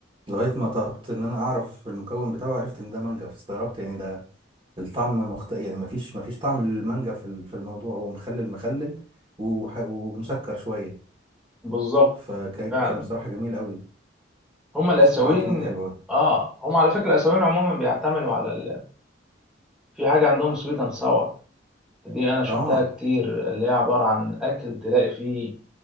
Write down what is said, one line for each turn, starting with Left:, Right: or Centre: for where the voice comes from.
Right: لغاية ما طلبت إن أنا أعرف المكون بتاعه عرفت إن ده مانجا فاستغربت يعني ده الطعم مخت... يعني مفيش مفيش طعم للمانجا في ال- في الموضوع هو مخلل مخلل وح... ومسكر شوية
Centre: بالظبط
Right: فكان
Centre: فعلا
Right: بصراحة جميل أوي
Centre: هم الاسيويين
Right: اختراعاتهم حلوة
Centre: اه هم على فكره الاسيويين عموما بيعتمدوا على ال... في حاجه عندهم سويت اند ساور دي انا شفتها
Right: آه
Centre: كتير اللي هي عباره عن اكل تلاقي فيه